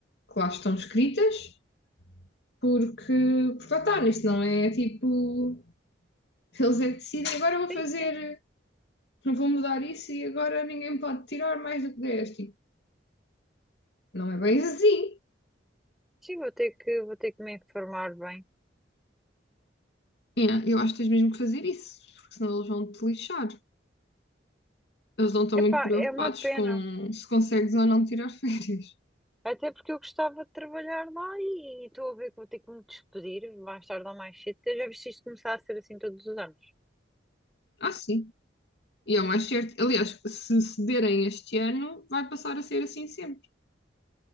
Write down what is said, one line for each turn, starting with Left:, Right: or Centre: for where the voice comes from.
Left: que lá estão escritas, porque, porque lá está, isso não é tipo. Eles é que decidem, agora vou fazer,
Centre: Sim, sim.
Left: não vou mudar isso e agora ninguém pode tirar mais do que 10. Tipo, não é bem assim.
Centre: Sim, vou ter que, vou ter que me informar bem.
Left: É, eu acho que tens mesmo que fazer isso, porque senão eles vão te lixar. Eles não estão
Centre: Epá,
Left: muito preocupados
Centre: é uma pena.
Left: com se consegues ou não tirar <laughs> férias.
Centre: Até porque eu gostava de trabalhar lá e e estou a ver que vou ter que me despedir mais tarde ou mais cedo. Já viste isto começar a ser assim todos os anos?
Left: Ah, sim. E é o mais certo. Aliás, se cederem este ano, vai passar a ser assim sempre.